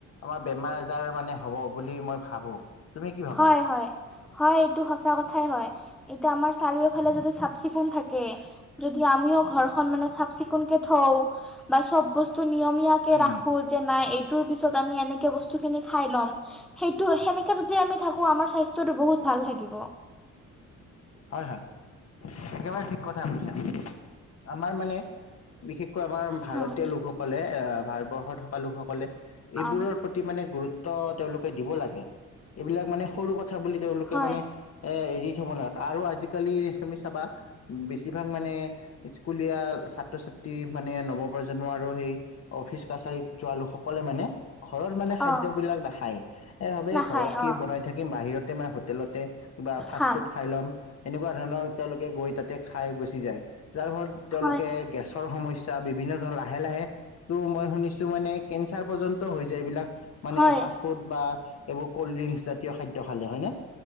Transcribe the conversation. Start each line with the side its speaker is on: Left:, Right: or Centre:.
Left: আমাৰ বেমাৰ আজাৰ মানে হ'ব বুলি মই ভাবোঁ। তুমি কি ভাবা
Centre: হয় হয়। হয়, এইটো সঁচা কথাই হয়। এতিয়া আমাৰ চাৰিওফালে যদি চাফ চিকুন থাকে যদি আমিও ঘৰখন মানে চাফ চিকুণ কে থওঁ বা চব বস্তু নিয়ম ধুনীয়াকে
Left: উম,
Centre: ৰাখোঁ যে নাই এইটো এইটোৰ পিছত আমি এনেকে বস্তুখিনি খাই লম, সেইটো সেনেকে যদি আমি থাকোঁ, আমাৰ স্বাস্থ্যটো বহুত ভাল থাকিব।
Left: হয় হয়, একেবাৰে ঠিক কথাই কৈছা। আমাৰ মানে বিশেষকৈ আমাৰ ভাৰতীয়
Centre: অ',
Left: লোকসকলে আ, ভাৰতবৰ্ষত থকা লোকসকলে এইবোৰৰ
Centre: অ',
Left: প্ৰতি মানে গুৰুত্ব তেওঁলোকে দিব লাগে, এইবিলাক মানে সৰু কথা বুলি তেওঁলোকে
Centre: হয়,
Left: মানে এ, এৰি থ'ব নোৱাৰা আৰু আজিকালি তুমি চাবা বেছিভাগ মানে স্কুলীয়া ছাত্ৰ ছাত্ৰী মানে নৱপ্ৰজন্ম আৰু সেই অফিচ কাছাৰীত যোৱা লোকসকলে মানে ঘৰত মানে
Centre: অ',
Left: খাদ্যবিলাক নাখায়, এ, ভাবে
Centre: নাখায়
Left: ঘৰত কি
Centre: অ',
Left: বনাই থাকিম, বাহিৰতে মানে হোটেলতে বা ফাষ্ট
Centre: খাম
Left: ফুড খাই ল'ম, এনেকুৱা ধৰণৰ তেওঁলোকে গৈ তাতে খাই গুচি যায়, যাৰ ফলত তেওঁলোকে
Centre: হয়,
Left: গেছৰ সমস্যা, বিভিন্ন ধৰণ লাহে লাহে টো মই শুনিছোঁ মানে কেঞ্চাৰ পৰ্যন্ত হৈ যায় এইবিলাক মানে
Centre: হয়।
Left: ফাষ্ট ফুড বা এইবোৰ ক'ল্ড ড্ৰিংকছ জাতীয় খাদ্য খালে হয়নে?